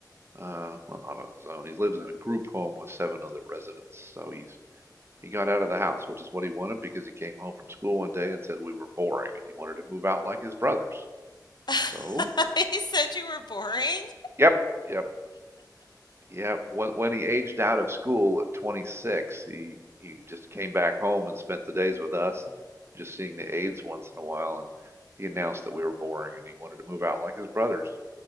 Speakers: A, on the right; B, on the left.
A: Uh, well, not on his own. He lives in a group home with seven other residents. So he's he got out of the house, which is what he wanted because he came home from school one day and said we were boring and he wanted to move out like his brothers.
B: <laughs>
A: So,
B: He said you were boring?
A: yep, yep, yep. When when he aged out of school at 26, he he just came back home and spent the days with us and just seeing the aides once in a while and he announced that we were boring and he wanted to move out like his brothers.